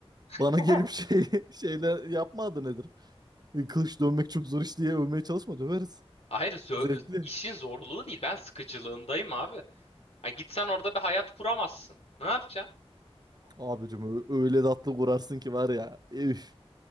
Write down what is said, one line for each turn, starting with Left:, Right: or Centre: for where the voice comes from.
Left: <laughs>
Right: Bana gelip şey <laughs> şeyler yapma adı nedir? E, Kılıç dövmek çok zor iş diye övmeye çalışma döveriz.
Left: Hayır zö-
Right: Zevkli.
Left: e, işin zorluğu değil. Ben sıkıcılığındayım abi. Ha, gitsen orada bir hayat kuramazsın. Ne yapacaksın?
Right: Abicim ö- öyle tatlı kurarsın ki var ya. Üf.